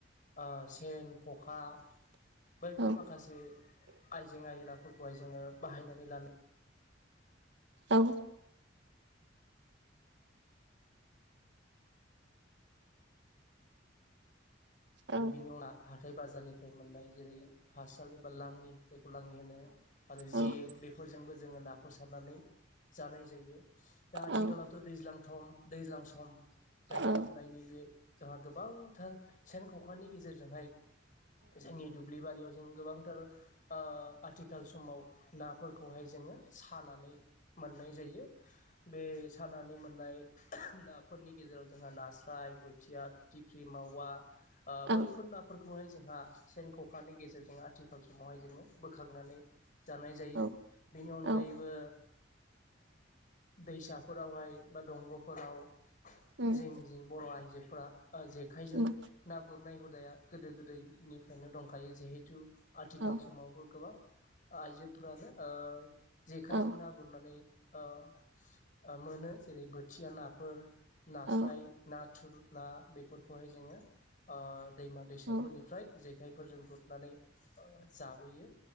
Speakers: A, on the left (about 45°); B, on the right (about 65°).
A: ओ सेन खखा बैफोर
B: औ
A: माखासे आइजें आयलाफोरखौहाय जोङो बाहायनानै लानो
B: औ औ
A: आरो बिनि उनाव हाथाय बाजारनिफ्राय मोननाय जेरै फातसाल एबा लाङि जायखौ लाङि होनो आरो
B: औ
A: जे बेफोरजोंबो जोङो नाखौ सारनानै जानाय जायो दा आथिखालावथ'
B: औ
A: दैज्लांथं दैज्लां सम गायनाय
B: औ
A: फुनायनि बे जोंहा गोबांथार सेन खखानि गेजेरजोंहाय जोंनि दुब्लि बारियाव जों गोबांथार ओ आथिखाल समाव नाफोरखौहाय जों ङो सानानै मोननाय जायो। बे सानानै मोननाय नाफोर नि गेजेराव जोंहा नास्राय, बोथिया, फिथिख्रि, मावा, आ बैफोर
B: औ
A: नाफोर खौहाय जोंहा सेन ख'खानि गेजेरजों आथिखाल समावहाय जोङो बोखांनानै जानाय जायो।
B: औ
A: बिनि अनगायैबो
B: औ
A: दैसाफोरावहाय बा दंग'फोराव
B: उम
A: जिं जिं बर' आइजोफोरा ओ जेखाइजों
B: उम
A: ना गुरनाय हुदाया गोदो गोदाय निफ्रायनो दंखायो जिहेथु आथिखाल
B: औ
A: समावबो गोबां आइजोफ्रानो ओ जेखायजों
B: औ
A: ना गुरनानै ओ ओ मोनो जेरै बोथिया नाफोर नास्राय
B: औ
A: नाथुर ना बेफोरखौहाय जोङो आ दैमा दैसाफोरनिफ्राय
B: औ
A: जेखायफोरजों गुरनानै ओ जाबोयो।